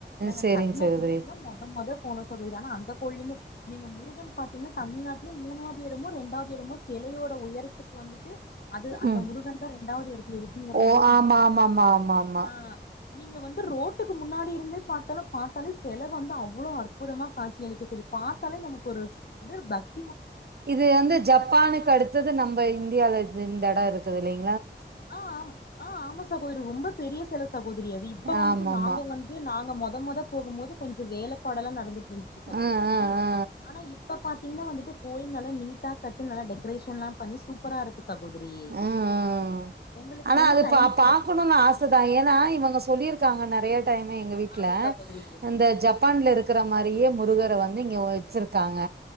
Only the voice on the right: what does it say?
செரிங்
சகோதரி
ம்
ஓ
ஆமா ஆமா ஆமா ஆமா ஆமா
இது வந்து ஜப்பானுக்கு அடுத்தது நம்ம இந்தியால இது இந்த எடோ குதிலிங்
ஆமாமா
ஆ ஆ ஆ
உம் உம் உம்
ஆனா
அது
பா
பாக்கணு ஆச தா ஏன்னா இவுங்க சொல்லி இருக்காங்க நெறையா டைம் எங்க வீட்ல
இந்த ஜப்பான்ல இருக்கிற மா ரியே முருகர வந்து இங்கே வெச்சிருக்காங்க